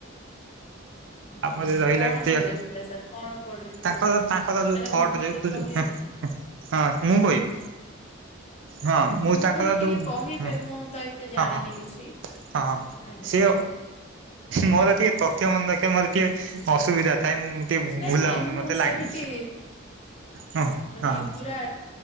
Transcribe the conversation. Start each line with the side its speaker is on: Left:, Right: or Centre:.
Left: ଆଚ୍ଛା
Right: ଆପଣ ଯି ରହିଲେ
Left: କଣ
Right: ଜେତିକ
Left: ଭଲ ଲାଗିଥିଲା ସାର୍ କଣ ପଢିଥିଲେ?
Right: ତାଙ୍କର ତାଙ୍କର ଯୋଉ
Left: ମାନେ
Right: ଥଟ
Left: ମୁଁ ଟିକେ
Right: ଯୋଉ ହୁଁ
Left: କହିବେ
Right: ହଁ ମୁଁ
Left: ଆଜ୍ଞା
Right: କହିବି ହଁ ମୁଁ ତାଙ୍କର
Left: କହିଲି ଟିକେ
Right: ଯୋଉ
Left: କହିବେ
Right: ହ
Left: ମୁଁ ତ ଏତେ
Right: ହଁ
Left: ଜାଣିନି
Right: ହଁ ହଁ
Left: କିଛି
Right: ହଁ
Left: ଆଜ୍ଞା
Right: ସେ ମୋର ଟିକେ ତଥ୍ୟ ମନେ ରଖେ ମର ଟିକେ ଅସୁବିଧା ଥାଏ ମୁଁ ଟିକେ
Left: ନାଇଁ
Right: ଭୁଲାମନ
Left: ନାଇଁ ମୁଁ
Right: ମତେ ଲାଗେ
Left: ସେମିତି
Right: ହଁ
Left: ମାନେ
Right: ହଁ ହ
Left: ପୁରା